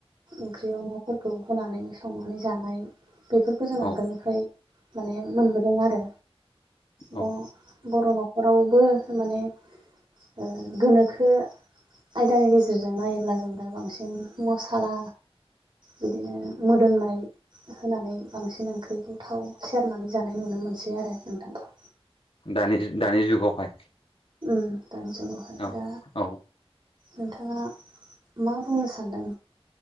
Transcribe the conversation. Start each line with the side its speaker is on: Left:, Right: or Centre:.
Right: ओंख्रियाव नाफोरखौ होनानै संनानै जानाय बेफोरखौ जों
Left: औ
Right: आगोलनिफ्राय माने मोनबोदों। आरो द
Left: औ
Right: बर' न'खरावबो माने ओ गोनोखो आयदानि गेजेरजों नायोब्ला जों दा बांसिन मस्ला खाला बिदिनो मोदोमनाय होनानै बांसिन ओंख्रिखौ थाव सेरनानै जानाय नुनो मोनसै आरो नोंथांखौ
Left: दानि दानि जुगावहाय।
Right: उम दानि जुगावहाय
Left: औ
Right: दा
Left: औ
Right: नोंथाङा मा बुंनो सानदों?